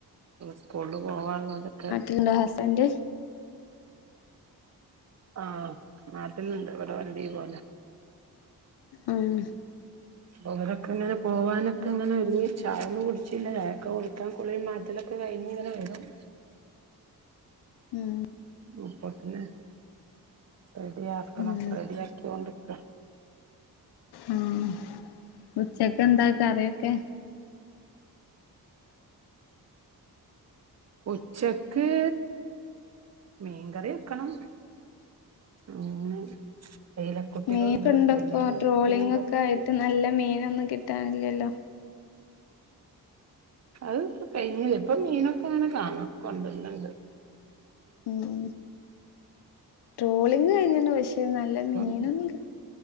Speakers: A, on the right; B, on the left.
A: സ്കൂൾല് പോവാനുള്ളോരൊക്കെ
B: ണ്ട ഹസ്ബന്റ്
A: ആഹ് നാട്ടിൽണ്ട് ഇവിടെ വണ്ടി പോലാ
B: ആഹ്
A: ഓരൊക്കെങ്ങനെ പോവാനൊക്കെ ഇങ്ങനെ ഒരുങ്ങി ചായൊന്നും കുടിച്ചില്ല ചായൊക്കെ കുടിക്കാൻ കുളീം മാറ്റലൊക്കെ ഒക്കെ കഴിഞ്ഞ്ങ്ങനെ വരും
B: ഉം
A: ഇപ്പൊത്തന്നെ റെഡി ആക്കണംപ്പ
B: ഉം
A: റെഡി ആക്കിക്കൊണ്ടിരിക്കാ
B: ആഹ് ഉച്ചക്കെന്താ കറി ഒക്കെ
A: ഉച്ചക്ക് മീൻകറി വെക്കണം ഉം ഐലകുട്ടികളുണ്ട്
B: മീനൊക്കെ ഇണ്ടപ്പോ
A: അപ്പപിന്നെ അതോണ്ട്
B: ട്രോളിംഗ്
A: മീൻ കറി
B: ഒക്കെ ആയിട്ട് നല്ല മീനൊന്നും കിട്ടാനില്ലല്ലോ
A: അത് ഇപ്പ കഴിഞ്ഞിലേ. ഇപ്പൊ മീനൊക്കെ ങ്ങനെ കാണ കൊണ്ടര്ന്ന് ണ്ട്.
B: ഉം ട്രോളിങ് കഴിഞ്ഞ്‌ണ് പക്ഷേ നല്ല
A: ഇപ്പം
B: മീനൊന്നും